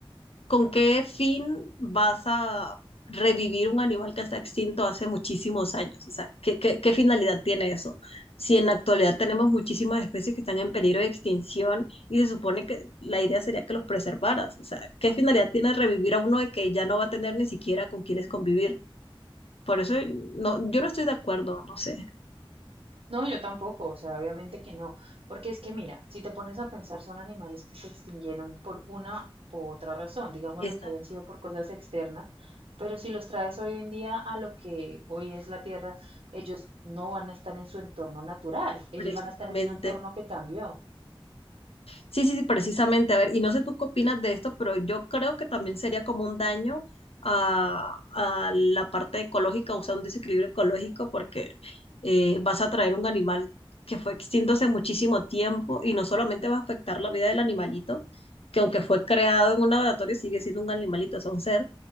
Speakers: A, on the left; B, on the right.
A: ¿Con qué fin vas a revivir un animal que está extinto hace muchísimos años? O sea, ¿qué, qué, qué finalidad tiene eso? Si en la actualidad tenemos muchísimas especies que están en peligro de extinción y se supone que la idea sería que los preservaras. O sea, ¿qué finalidad tiene revivir a uno de que ya no va a tener ni siquiera con quienes convivir? Por eso no, yo no estoy de acuerdo, no sé.
B: No, yo tampoco, o sea, obviamente que no, porque es que mira, si te pones a pensar, son animales que se extinguieron por una u otra razón, digamos lo
A: Exacto,
B: que hayan sido por cosas externas, pero si los traes hoy en día a lo que hoy es la Tierra, ellos no van a estar en su entorno natural, ellos
A: precisamente.
B: van a estar en un entorno que cambió.
A: Sí, sí, sí, precisamente. A ver, y no sé tú qué opinas de esto, pero yo creo que también sería como un daño a, a la parte ecológica, o sea, un desequilibrio ecológico, porque eh, vas a traer un animal que fue extinto hace muchísimo tiempo y no solamente va a afectar la vida del animalito, que aunque fue creado en un laboratorio sigue siendo un animalito, o sea, un ser,